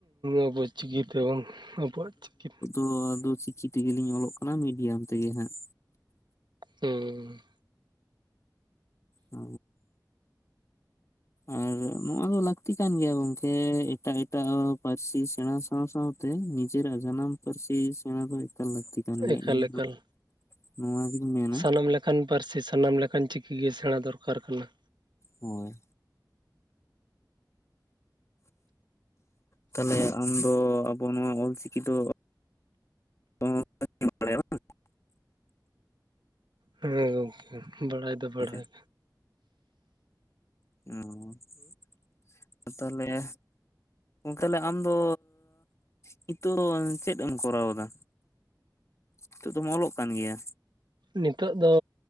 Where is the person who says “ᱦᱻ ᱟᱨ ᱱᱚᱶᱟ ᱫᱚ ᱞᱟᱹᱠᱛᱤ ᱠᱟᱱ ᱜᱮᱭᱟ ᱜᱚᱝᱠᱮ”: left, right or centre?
Left